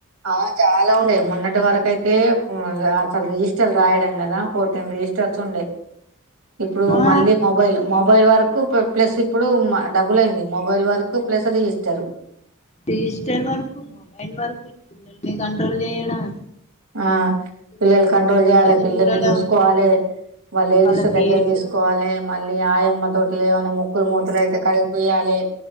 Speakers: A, on the right; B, on the left.
A: ఆ చాలా ఉండే మొన్నటి వరకు అయితే అసలు రిజిస్టర్లు రాయడం కదా ఫోర్టీన్ రిజిస్టర్స్ ఉండే ఇప్పుడు
B: ఆ
A: మళ్ళీ మొబైల్ మొబైల్ వరకు ప్లస్ ఇప్పుడు డబుల్ అయింది మొబైల్ వరకు ప్లస్ రి ఇస్తారు
B: డిజిటల్ వర్క్ మొబైల్ వర్క్ ల్ కంట్రోల్ చేయడం
A: ఆ పిల్లలు
B: ప్రెగ్నెన్సీ
A: కంట్రోల్
B: వాళ్ళని
A: చేయాలి పిల్లల్ని
B: చూడడం
A: చూసుకోవాలి మళ్ లేడీస్
B: వాళ్ళ వెయిట్
A: దగ్గర తీసుకోవాలి మళ్ళీ ఆయమ్మ తోటి ఏమైనా మొక్కులు మూతలు అయితే కడిగిపోయాలి